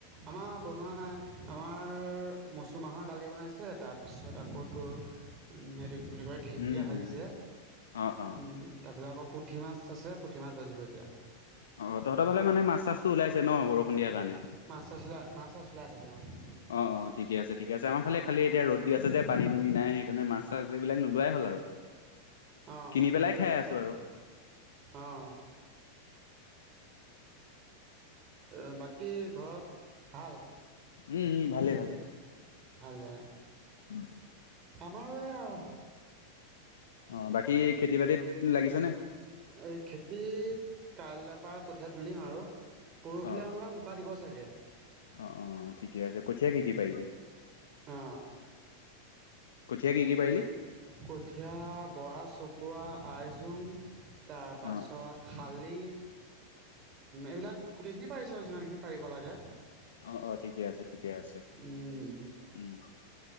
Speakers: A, on the right; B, on the left.
A: আমাৰ বনোৱা নাই আমাৰ মচুৰমাহৰ দালি বনাইছে তাৰপিছত আকৌ তোৰ উম সেইটো কি বুলি কয় ঢেঁকীয়া
B: উম
A: ভাজিছে
B: উম অ অ
A: তাৰপিছত আকৌ পুঠি মাছ আছে পুঠি মাছ ভাজিব এতিয়া
B: অ তহঁতৰ ফালে মানে মাছ চাছটো ওলাইছে ন বৰষুণ দিয়াৰ কাৰণে
A: তাৰপিছতে মাছ চাছ ওলায় থাকে অ
B: অ অ ঠিকে আছে ঠিক আছে আমাৰ ফালে খালি এতিয়া ৰ'দ দি আছে যে পানী দুুনী নাই সেইকাৰণে মাছ চাছ এইবিলাক নোলোৱাই হ'ল আৰু
A: অ অ
B: কিনি পেলাই খাই আছো আৰু
A: আ অ' অ' বাকী ঘৰত ভাল
B: উম উম ভালে ভালে
A: ভালে অ'
B: উম
A: আমাৰো এইয়া আৰু
B: অ বাকী খেতি বাতিত লাগিছনে
A: এই খেতিত কাইলৈ পৰা কঠিয়ীয়া তুলিম আৰু পৰহিলৈ
B: অ অ
A: মানুহ বোক কা দিব চাগে
B: অ অ ঠিকে আছে কঠিয়া কি
A: উম
B: কি পাৰিলি
A: অ
B: কঠীয়া কি কি পাৰিলি
A: কঠীয়া বৰা, চকোৱা, আইজোং তাৰপাছত
B: অ
A: শালি উ এইবিলাক গোটেইখিনি পাৰিছোঁ আৰু যিমানখিনি পাৰিব লাগে
B: অ অ ঠিকে আছে ঠিকে আছে
A: উম
B: উম